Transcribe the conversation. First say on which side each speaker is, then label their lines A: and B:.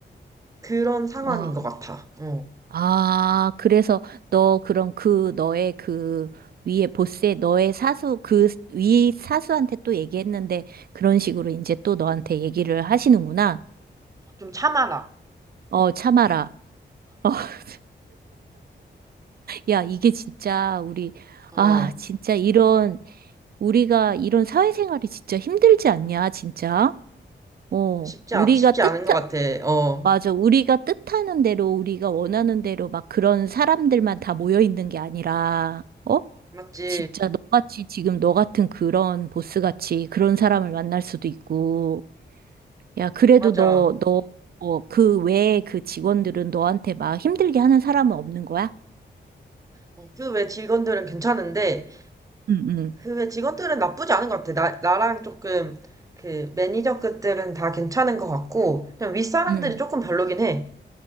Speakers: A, on the right; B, on the right.
A: 그런 상황인
B: 아,
A: 것 같아. 어.
B: 아, 그래서 너 그럼 그 너의 그 위에 보스의 너의 사수 그 위 사수한테 또 얘기했는데 그런 식으로 이제 또 너한테 얘기를 하시는구나.
A: 좀 참아라.
B: 어, 참아라. <laughs> 야, 이게 진짜 우리
A: 어.
B: 아, 진짜 이런 우리가 이런 사회생활이 진짜 힘들지 않냐, 진짜. 어,
A: 쉽지,
B: 우리가
A: 않, 쉽지
B: 뜻
A: 않은 것 같아. 어.
B: 맞아. 우리가 뜻하는 대로, 우리가 원하는 대로 막 그런 사람들만 다 모여 있는 게 아니라, 어?
A: 맞지.
B: 진짜 너같이 지금 너 같은 그런 보스같이 그런 사람을 만날 수도 있고, 야, 그래도
A: 맞아.
B: 너, 너, 어, 그 외에 그 직원들은 너한테 막 힘들게 하는 사람은 없는 거야?
A: 어, 그외 직원들은 괜찮은데,
B: 응, 응,
A: 그 외 직원들은 나쁘지 않은 것 같아. 나, 나랑 조금, 그, 매니저급들은 다 괜찮은 것 같고, 그냥 윗사람들이
B: 응.
A: 조금 별로긴 해.